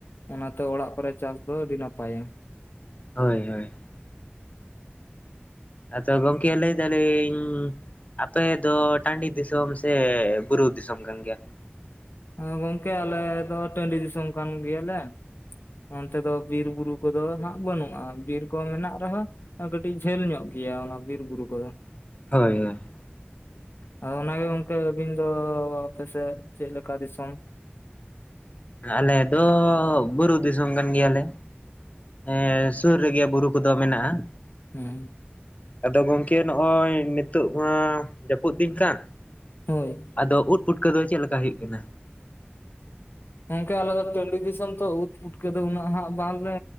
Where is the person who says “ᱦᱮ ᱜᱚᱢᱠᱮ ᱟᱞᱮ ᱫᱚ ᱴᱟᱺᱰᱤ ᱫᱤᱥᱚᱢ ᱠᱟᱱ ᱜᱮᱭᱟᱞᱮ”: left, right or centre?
Left